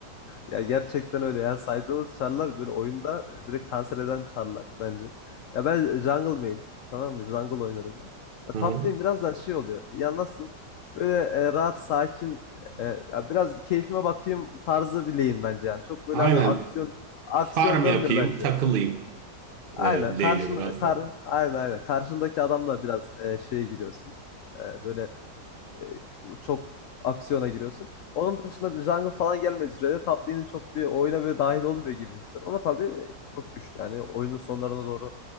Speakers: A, on the left; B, on the right.
A: Ya gerçekten öyle ya. Saydığınız çarlar böyle oyunda direkt kanser eden çarlar bence. Ya ben jungle main'im. Tamam mı? Jungle oynarım ben. Ya
B: Hı
A: top
B: hı.
A: lane biraz daha şey oluyor. Ya nasıl diyeyim? Böyle e, rahat, sakin, e, ya biraz keyfime bakayım tarzı bir lane bence yani. Çok böyle
B: Aynen.
A: hani aksiyon aksiyon
B: Farm
A: dönmüyor
B: yapayım,
A: bence.
B: takılayım
A: Aynen.
B: e, lane'e
A: Karşın
B: biraz
A: kar
B: daha.
A: aynen aynen. Karşındaki adamla biraz e, şeye giriyorsun. E, böyle e, çok aksiyona giriyorsun. Onun dışında jungle falan gelmediği sürece top lane'in çok bir oyuna böyle dahil olmuyor gibi hissediyorum. Ama tabii çok güçlü yani oyunun sonlarına doğru